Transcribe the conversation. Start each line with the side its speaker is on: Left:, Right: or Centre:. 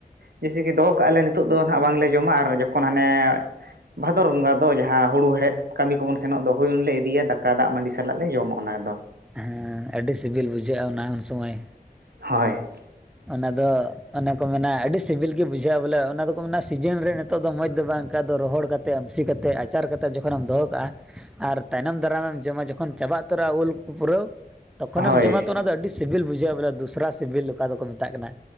Right: ᱡᱮᱭᱥᱮ ᱠᱤ ᱫᱚᱦᱚ ᱠᱟᱜᱼᱟᱞᱮ ᱱᱤᱛᱳᱜ ᱫᱚ ᱱᱟᱦᱟᱜ ᱵᱟᱝᱞᱮ ᱡᱚᱢᱟ ᱟᱨ ᱡᱚᱠᱷᱚᱭ ᱦᱟᱱᱮ, ᱵᱷᱟᱫᱚᱨ ᱵᱚᱸᱜᱟ ᱫᱚ ᱡᱟᱦᱟᱸ ᱦᱩᱲᱩ ᱦᱮᱲᱦᱮᱫ, ᱠᱟᱹᱢᱤ ᱠᱚᱵᱚᱱ ᱥᱮᱱᱚᱜ ᱫᱚ ᱦᱳᱭ ᱩᱱᱞᱮ ᱤᱫᱤᱭᱟ ᱫᱟᱠᱟ ᱫᱟᱜᱽ ᱢᱟᱹᱰᱤ ᱥᱟᱞᱟᱜ ᱞᱮ ᱡᱚᱢᱟ ᱚᱱᱟᱫᱚ᱾
Centre: ᱦᱮ ᱟᱹᱰᱤ ᱥᱤᱵᱤᱞ ᱵᱩᱡᱷᱟᱹᱜᱼᱟ ᱚᱱᱟ ᱩᱱ ᱥᱚᱢᱚᱭ᱾
Right: ᱦᱚᱭ
Centre: ᱚᱱᱟ ᱫᱚ ᱚᱱᱮ ᱠᱚ ᱢᱮᱱᱟ ᱟᱹᱰᱤ ᱥᱤᱵᱤᱞ ᱜᱮ ᱵᱩᱡᱷᱟᱹᱜᱼᱟ ᱵᱚᱞᱮ ᱚᱱᱟ ᱫᱚᱠᱚ ᱢᱮᱱᱟ ᱥᱤᱡᱤᱱ ᱨᱮ᱾ ᱱᱤᱛᱚᱜ ᱫᱚ ᱢᱚᱡᱽ ᱫᱚ ᱵᱟᱝ ᱚᱱᱠᱟ ᱫᱚ ᱨᱚᱦᱚᱲ ᱠᱟᱛᱮᱫ ᱟᱹᱢᱥᱤ ᱠᱟᱛᱮᱫ ᱟᱪᱟᱨ ᱠᱟᱛᱮᱜ ᱡᱚᱠᱷᱚᱱᱮᱢ ᱫᱚᱦᱚ ᱠᱟᱜᱼᱟ᱾ ᱟᱨ ᱛᱟᱭᱱᱚᱢ ᱫᱟᱨᱟᱢᱮᱢ ᱡᱚᱢᱟ ᱡᱚᱠᱷᱚᱱ ᱪᱟᱵᱟ ᱩᱛᱟᱹᱨᱚᱜᱼᱟ ᱩᱞ ᱯᱩᱨᱟᱹᱣ᱾ ᱛᱚᱠᱷᱚᱱᱮᱢ
Right: ᱦᱳᱭ
Centre: ᱡᱚᱢᱟ ᱛᱚ ᱚᱱᱟ ᱫᱚ ᱟᱹᱰᱤ ᱥᱤᱵᱤᱞ ᱵᱩᱡᱷᱟᱹᱜᱼᱟ ᱵᱚᱞᱮ ᱫᱚᱥᱨᱟ ᱥᱤᱵᱤᱞ ᱚᱠᱟ ᱫᱚᱠᱚ ᱢᱮᱛᱟᱜ ᱠᱟᱱᱟ